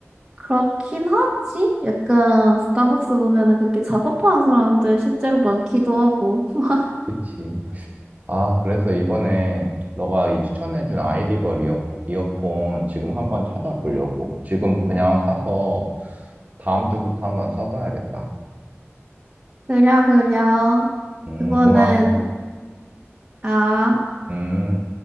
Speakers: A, on the right (about 15°); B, on the right (about 35°).
A: 그렇긴 하지. 약간 스타벅스 보면은 그렇게 작업하는 사람들 실제로 많기도 하고. <laughs>
B: 그치. 아, 그래서 이번에 너가 이 추천해준 아이리버 이어, 이어폰 지금 한번 찾아보려고. 지금 그냥 사서 다음 주부터 한번 써봐야겠다.
A: 그려, 그려.
B: 음,
A: 그거는,
B: 고마워.
A: 아.
B: 음.